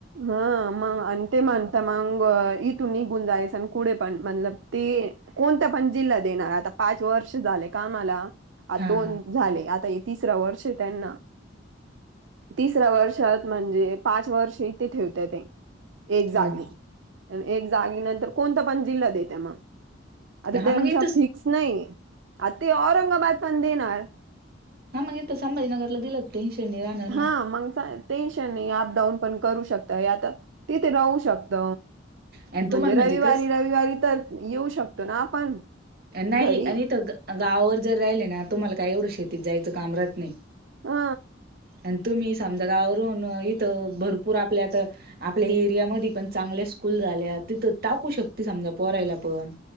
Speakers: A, on the right; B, on the right.
A: हा मग आणते म्हणता मग इ तु नि गुंजायस कुढे पण मणल ते कोणता पण जिल्हा देणार आता पाच वर्ष झाले कामला आज
B: हा
A: दोन
B: हा
A: झाले आता हे तिसरां वर्ष त्यांना तिसऱ्या वर्षात म्हणजे पाच वर्ष ते ठेवते ते एक जागी
B: हा
A: एक जागी नंतर कोणता पण जिल्हा देत मग आता
B: हा
A: त्यांच्या
B: मग इथं
A: फिक्स नाही आ ते औरंगाबाद पण देणार
B: हा मग इथ संभाजीनगरला दिलं टेन्शनने राहणार
A: हा
B: ना
A: मग टेन्शन नाही अप डाऊन पण करू शकता आता तिथे राहू शकत
B: आणि
A: म्हणजे
B: तुम्हाला
A: रविवारी
B: कस
A: रविवारी तर येऊ शकतो ना आपण
B: नाही
A: घरी
B: आणिथ गावावर जर राहिले ना तुम्हाला काय एवढं शेतीत जायचं काम रहत नाही
A: हा
B: आणि तुम्ही समजा गावर इथ भरपूर आपल्या आपल्या एरियामध्ये पण चांगल्या स्कूल झाल्या तिथं टाकू शकते समजा पराायला पण